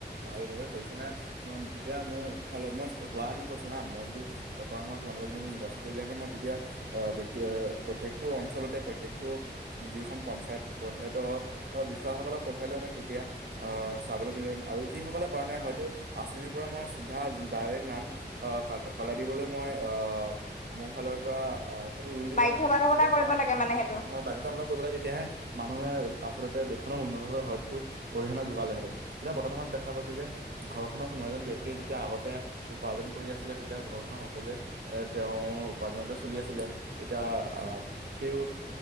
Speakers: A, on the right; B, on the left.
A: ভাল ভাবে কৰিছে নাই মই তেতিয়া মোৰ ফালৰ মই হোৱাহেতেন কৈছো হা মই যদি বৰ্তমান সময়ত তোমালোকে যদি মোক নিৰ্বাচিত কৰিলেহে মই তেতিয়া অ, ব্যক্তি প্ৰত্যেকটো অঞ্চলতে, প্ৰত্যেকটো যিখন পঞ্চায়ত, পঞ্চায়ত বিষয়াসকলক পঠিয়ালোহেঁতেন তেতিয়া আহ চাবলৈ <inaudible> আৰু যি সকলে কৰা নাই হয়তো আঁচনিৰ পৰা মই চিধা ডাইৰেক্ট নাম আহ কা, কলা দিবলৈ মই আহ, মোৰ ফালৰ পৰা আহ,
B: বাধ্য বাধকতা কৰিব লাগে মানে সেইটো।
A: <inaudible> বাধ্যতামূলক। কৰিব তেতিয়াহে, মানুহে আচলতে দেশখনৰ উন্নয়নৰ হয়তো, অৰিহণা যোগালেহেতেঁন। এতিয়া বৰ্তমানত দেখা গৈছে যে, ঘৰ খনৰ কোনো এজন ব্যক্তিয়ে যেতিয়া আগতে উপাৰ্জন কৰি আছিলে, তেতিয়া ঘৰখনৰ সকলোৱে এ, তেওঁৰ উপাৰ্জনতে চলি আছিলে। এতিয়া আহ, সেই